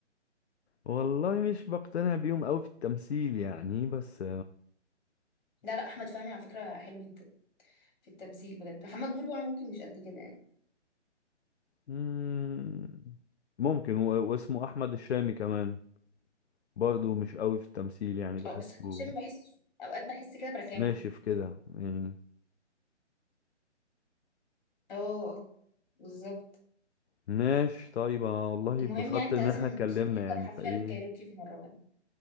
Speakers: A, on the left (about 65°); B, on the left (about 40°).
A: والله مش بقتنع بيهم قوي في التمثيل يعني بس
B: لا لا احمد فهمي على فكره حلو جدا في التمثيل بجد محمد نور وانا ممكن مش قد كده يعني
A: امم ممكن و... واسمه احمد الشامي كمان برضه مش قوي في التمثيل يعني بحسه
B: اه بس احمد شامي بحس اوقات بحس كده برخامه
A: ناشف كده يعني
B: اه آه، بالظبط
A: ماشي طيب انا والله
B: المهم
A: اتبسطت
B: يعني انت
A: ان
B: لازم
A: احنا اتكلمنا
B: تحضر
A: يعني
B: حفله
A: فايه
B: الكايروكي في مره بقى.